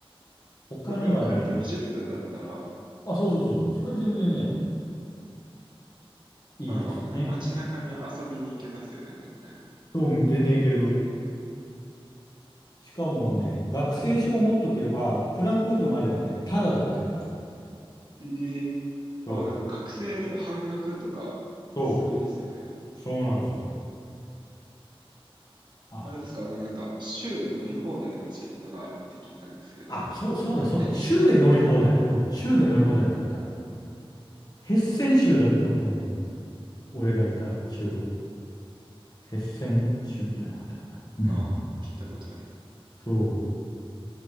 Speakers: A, on the left; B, on the right.
A: 他にはね、
B: フランクフルト20分だったら、
A: あ、そうそうそうそう、それは全然ね、いいですよね。
B: まあまあ、街中に遊びに行けますよね、全然。
A: そう、全然いける。しかもね、学生証を持っとけば、フランクフルトまではね、タダだった気がする。
B: ええ。
A: そう、
B: あ、なんか学生半額とか、
A: そう、
B: すごいですよね。
A: そうなんですよ。あ、
B: あれですか、あのなんか、州で乗り放題のチケットがあるって聞いたんですけど、
A: あ、そう、そうだ、そうだ、
B: 電車が。
A: 州で乗り放題。うん、州で乗り放題だった。ヘッセン州だったと思う。俺がいた州は。ヘッセン州じゃなかったかな。うん。
B: ああ、聞いたことあります。
A: そう。